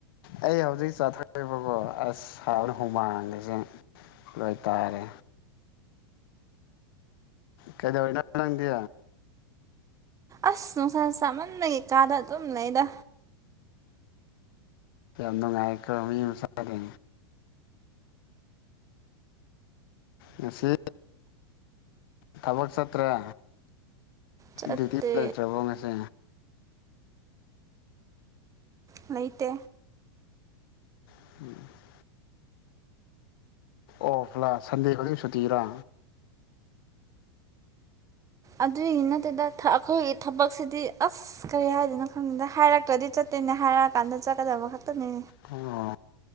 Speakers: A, on the left (about 60°); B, on the right (about 25°).
A: ꯑꯩ ꯍꯧꯖꯤꯛ ꯆꯠꯊꯔꯤꯕꯀꯣ ꯑꯁ ꯁꯥꯕꯅ ꯍꯨꯃꯥꯡꯁꯦ ꯂꯣꯏ ꯇꯥꯔꯦ ꯀꯩꯗꯧꯔꯤꯅꯣ ꯅꯪꯗꯤ
B: ꯑꯁ ꯅꯨꯡꯁꯥ ꯆꯥꯃꯟꯕꯩ ꯀꯥꯗ ꯑꯗꯨꯝ ꯂꯩꯗ
A: ꯎꯝ ꯅꯨꯡꯉꯥꯏꯀꯣ ꯃꯤ ꯃꯆꯥꯗꯤ ꯉꯁꯤ ꯊꯕꯛ ꯆꯠꯇ꯭ꯔꯦ
B: ꯆꯠꯇꯦ
A: ꯗꯨꯇꯤ ꯂꯩꯇ꯭ꯔꯕꯣ ꯉꯁꯤ
B: ꯂꯩꯇꯦ
A: <unintelligible> ꯑꯣꯐ꯭ꯂꯥ ꯁꯟꯗꯦ ꯈꯨꯗꯤꯡ ꯁꯨꯇꯤꯔ
B: ꯑꯗꯨꯏꯒꯤ ꯅꯠꯇꯗ ꯑꯩꯈꯣꯏꯒꯤ ꯊꯕꯛꯁꯤꯗꯤ ꯑꯁ ꯀꯔꯤ ꯍꯥꯏꯗꯣꯏꯅꯣ ꯈꯪꯗ‌ꯦ ꯍꯥꯏꯔꯛꯇ꯭ꯔꯗꯤ ꯆꯠ ꯇ‌ꯦꯅꯤ ꯍꯥꯏꯔꯛꯑ ꯀꯥꯟꯗ ꯆꯠꯀꯗꯕ ꯈꯥꯛꯇꯅꯤ
A: ꯑꯣ